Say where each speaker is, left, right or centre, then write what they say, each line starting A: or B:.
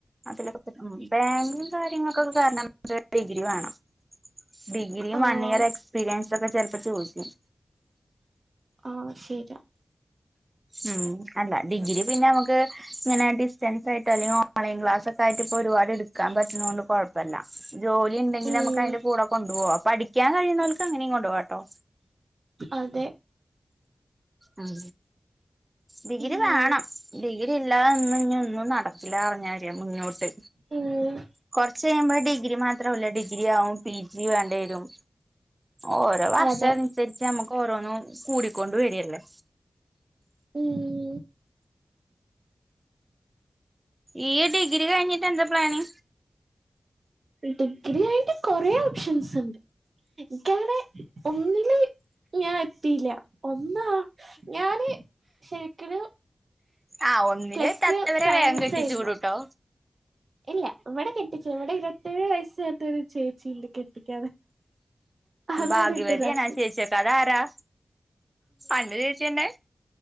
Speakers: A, on the right; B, on the right.
A: അതിലൊക്കെ പ ബാങ്കും കാര്യങ്ങളൊക്കൊക്കെ കേറണേ ഡിഗ്രി വേണം. ഡിഗ്രിയും
B: ആഹ്
A: വൺ ഇയർ എക്സ്പീരിയൻസും ഒക്കെ ചെലപ്പോ ചോദിക്കും.
B: ആഹ് ശരിയാ.
A: ഉം അല്ല ഡിഗ്രി പിന്നെ നമുക്ക് ഇങ്ങനെ ഡിസ്റ്റൻസ് ആയിട്ട് അല്ലെങ്കിൽ ഓൺലൈൻ ക്ലാസ് ഒക്കെ ആയിട്ട് ഒരുപാട് എടുക്കാൻ പറ്റണോണ്ട് കുഴപ്പ പ്പല്ല ജോലി ഉണ്ടെങ്കിൽ
B: ഉം
A: നമുക്ക് അതിന്റെ കൂടെ കൊണ്ടു പോവാ പഠിക്കാൻ കഴിയുന്നോർക്ക് അവർക്ക് അങ്ങനെയും കൊണ്ട് പോകാട്ടാ. ട്ടോ.
B: അതെ
A: ഉം ഡിഗ്രി
B: ഉം
A: വേണം ഡിഗ്രി ഇല്ലാതൊന്നും ഇനി ഒന്നും നടക്കില്ല പറഞ്ഞാരിയ മുന്നോട്ട്.
B: ഉം
A: കൊറച്ച് കഴിയുമ്പോ ഡിഗ്രി മാത്രവല്ല ഡിഗ്രി ആവും പിജി വേണ്ടി വരും. ഓരോ വർഷം
B: അതെ
A: അനുസരിച്ച് നമ്മുക്ക് ഓരോന്നും കൂടിക്കൊണ്ട് വെരല്ലേ?
B: ഉം
A: ഈ ഡിഗ്രി കഴിഞ്ഞിട്ട് എന്താ പ്ലാന്?
B: ഡിഗ്രി കയിഞ്ഞിട്ട് കൊറേ ഓപ്ഷൻസ് ഉണ്ട്. എനിക്കങ്ങനെ ഒന്നില് ഞാ എത്തിയില്ല ഒന്നാ ഞാന് ശരിക്കലും
A: ആ ഒന്നിലെത്താത്തവരെ
B: പ്ലസ് ടു സയൻസ്
A: വേഗം കെട്ടിച്ചു
B: ആയിരുന്നു.
A: വിടുട്ടോ
B: ഇല്ല ഇവിടെ കെട്ടിച്ചു ഇവിടെ ഇരുപത്തേഴ് വയസ്സ് തൊട്ടൊരു ചേച്ചിണ്ട് കെട്ടിക്കാതെ. അതാണ്
A: ഭാഗ്യവതിയണാ
B: എന്റെ പ്രശ്നം
A: ചേച്ചി ട്ടൊ അതാരാ? എന്റെ ചേച്ചി തന്നെ